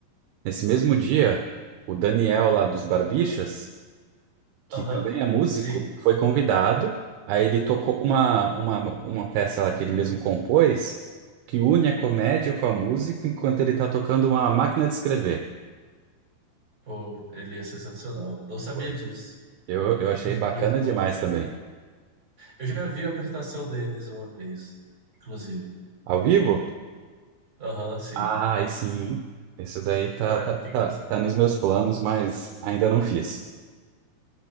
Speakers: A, on the right (about 75°); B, on the right (about 20°).
A: nesse mesmo dia, o Daniel lá dos Barbixas, que
B: Aham,
A: também é músico,
B: sim,
A: foi convidado. Aí ele tocou uma, uma, uma peça lá que ele mesmo compôs, que une a comédia com a música, enquanto ele está tocando uma máquina de escrever.
B: pô, ele é sensacional. Não sabia
A: Foi.
B: disso.
A: Eu, eu achei
B: <laughs>
A: bacana
B: Muito bom.
A: demais também.
B: Eu já vi a apresentação deles uma vez, inclusive.
A: Ao vivo?
B: Aham, sim.
A: Ah, aí sim. Isso daí tá,
B: Ah, é
A: tá,
B: muito engraçado.
A: tá, tá nos meus planos, mas ainda não fiz.